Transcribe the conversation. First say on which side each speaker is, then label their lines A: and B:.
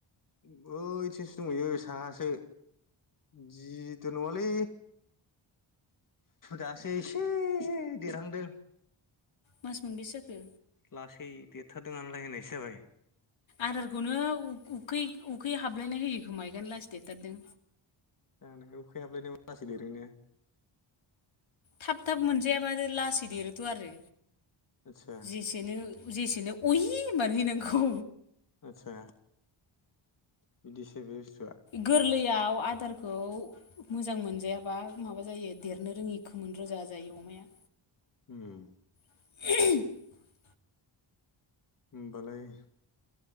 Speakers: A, on the left; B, on the left.
A: बैथिंसो दंहैयो साहासो गिदिर नङालै दासो एसे देरहांदों।
B: मास मोनबैसे जाखो?
A: लासै देरथारदों नालाय होननायसो जाबाय।
B: आदारखौनो उफ उफ उखै उखै हाबलायनाय होयो गुमायगोन लास देथारदों।
A: जानो उखै हाबलायनाय अब्लासो देरोना।
B: थाब थाब मोनजायाबारो लासै देरोथ' आरो
A: आदसा
B: जेसेनो जेसेनो अहि होनबानो हैनांगौ।
A: आथसा बिदिसो <unintelligible>
B: गोरलैयाव आदारखौ मोजां मोनजायाबा माबा जायो देरनो रोङि खोमोन रोजा जायो अमाया।
A: उम।
B: <unintelligible>
A: होमबालाय